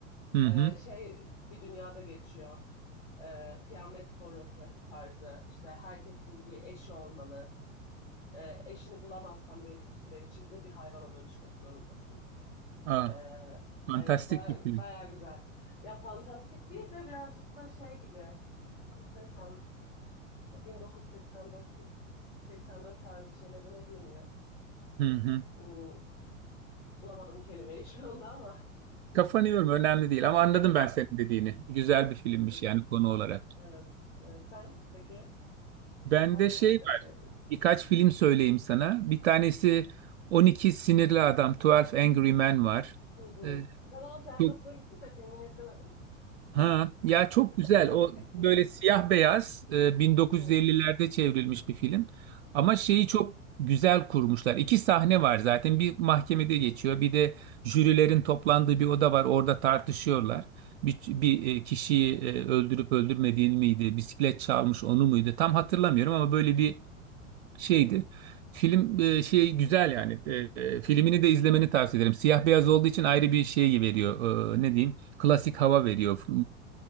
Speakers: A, on the right; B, on the left.
A: Hı
B: Ee,
A: hı.
B: şey bir dünyada geçiyor. e, kıyamet sonrası tarzı işte herkesin bir eşi olmalı. E, eşini bulamazsan belli bir süre içinde bir hayvana dönüşmek zorundasın.
A: Aa,
B: E,
A: fantastik
B: evet baya,
A: bir film.
B: baya güzel. Ya fantastik değil de birazcık da şey gibi nasıl desem 1984'teki 84 tarzı şeylere ne deniyor?
A: Hı hı.
B: Hmm, Bulamadım kelimeyi şu anda ama.
A: Kafanı yorma önemli değil ama
B: <laughs>
A: anladım ben senin dediğini. Güzel bir filmmiş
B: Evet,
A: yani konu olarak.
B: evet, evet. Sen peki
A: Bende
B: var mı
A: şey
B: başka
A: var.
B: sevdiğin?
A: Birkaç film söyleyeyim sana. Bir tanesi 12 Sinirli Adam, 12 Angry Men var.
B: Hı hı.
A: Ee,
B: Ben onun tiyatrosuna
A: çok
B: gittim de filmini izlemedim.
A: ha ya çok güzel.
B: <laughs>
A: O böyle siyah beyaz e, 1950'lerde
B: Hı hı,
A: çevrilmiş bir film. Ama
B: hı
A: şeyi
B: hı,
A: çok güzel kurmuşlar. İki sahne var zaten. Bir mahkemede geçiyor. Bir de jürilerin toplandığı bir oda var. Orada tartışıyorlar. Bir, bir e, kişiyi e, öldürüp öldürmediğini miydi? Bisiklet çalmış onu muydu? Tam hatırlamıyorum ama böyle bir şeydi.
B: hı hı.
A: Film e, şey güzel yani. E, e, filmini de izlemeni tavsiye ederim. Siyah beyaz olduğu için ayrı bir şey veriyor. E, ne diyeyim? Klasik hava veriyor.